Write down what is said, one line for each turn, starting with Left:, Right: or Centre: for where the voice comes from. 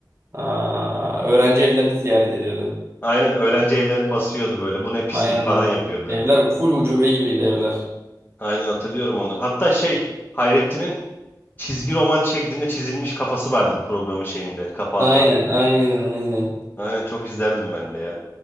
Right: Aa, öğrenci evlerini ziyaret ediyordu.
Left: Aynen öğrenci evlerini basıyordu böyle. Bu ne pislik
Right: Aynen
Left: falan
Right: aynen.
Left: yapıyordu.
Right: Evler full ucube gibiydi evler.
Left: Aynen hatırlıyorum onu. Hatta şey Hayrettin'in çizgi roman şeklinde çizilmiş kafası vardı programın şeyinde, kapağında.
Right: Aynen aynen aynen.
Left: Aynen çok izlerdim ben de ya.